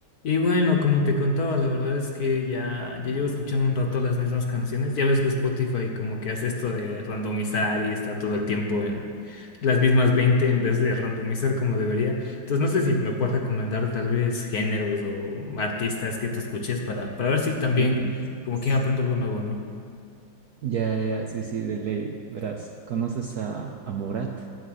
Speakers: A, on the left; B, on the right.
A: Y bueno, como te contaba, la verdad es que ya, ya llevo escuchando un rato las mismas canciones. Ya ves que Spotify como que hace esto de randomizar y está todo el tiempo en las mismas 20 en vez de randomizar como debería. Entonces no sé si me puedes recomendar tal vez géneros o artistas que tú escuches para, para ver si también
B: géneros,
A: como que aprendo algo nuevo, ¿no?
B: Ya, ya, sí, sí, de ley. Verás, ¿conoces a, a Morat?